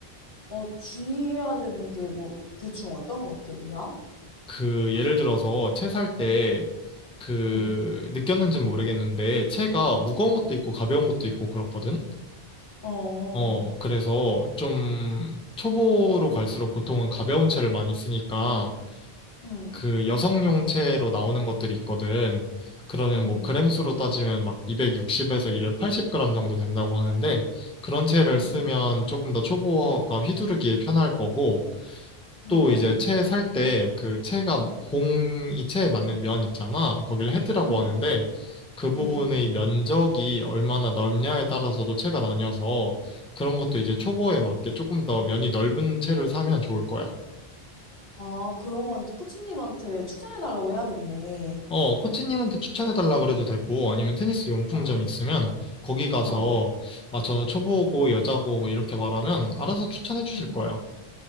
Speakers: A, on the left; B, in the centre.
A: 어, 주의해야 되는 게 뭐, 대충 어떤 것들이야?
B: 그 예를 들어서 채 살 때 그
A: 음,
B: 느꼈는지는 모르겠는데 채가 무거운 것도 있고 가벼운 것도 있고 그렇거든.
A: 어,
B: 어, 그래서 좀 초보로 갈수록 보통은 가벼운 채를 많이 쓰니까
A: 음,
B: 그 여성용 채로 나오는 것들이 있거든. 그러면
A: 음,
B: 뭐 그램수로 따지면 막 260에서 280g 정도 된다고 하는데 그런 채를
A: 음,
B: 쓰면 조금 더 초보가 휘두르기에 편할 거고
A: 음,
B: 또 이제 채 살 때 그 채가 공이 채에 맞는 면 있잖아. 거기를 헤드라고
A: 음,
B: 하는데 그 부분의
A: 음.
B: 면적이 얼마나 넓냐에 따라서도 채가 나뉘어서 그런 것도 이제
A: 음.
B: 초보에 맞게 조금 더 면이 넓은 채를 사면 좋을 거야.
A: 아, 그런 건 코치님한테 추천해달라고 해야겠네.
B: 어, 코치님한테 추천해달라 그래도 되고 아니면 테니스 용품점
A: 어.
B: 있으면 거기 가서
A: 어.
B: 아, 저는 초보고 여자고 뭐 이렇게 말하면 알아서 추천해 주실
A: 응.
B: 거야.